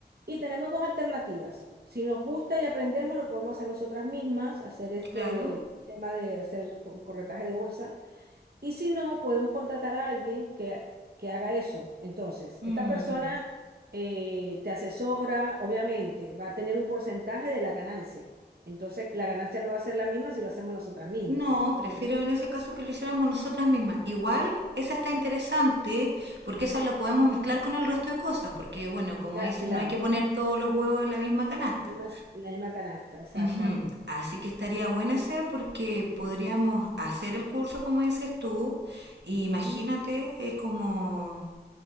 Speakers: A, on the right; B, on the right.
A: Y tenemos dos alternativas. Si nos gusta y aprendemos, lo podemos hacer nosotras mismas, hacer este
B: claro.
A: tema de hacer co- corretaje de bolsa. Y si no, podemos contratar a alguien que, que haga eso. Entonces,
B: Mm.
A: esta persona eh, te asesora, obviamente, va a tener un porcentaje de la ganancia. Entonces, la ganancia no va a ser la misma si lo hacemos nosotras mismas.
B: No, prefiero en ese caso que lo hiciéramos nosotras mismas. Igual, esa está interesante porque esa la podemos mezclar con el resto de cosas, porque bueno, como
A: Ya,
B: dicen,
A: claro,
B: no hay que poner todos los huevos en la misma canasta.
A: en más- en la misma canasta, exactamente.
B: Ujú, Así que estaría buena esa porque podríamos hacer el curso como dices tú. y imagínate,
A: Ujú,
B: es como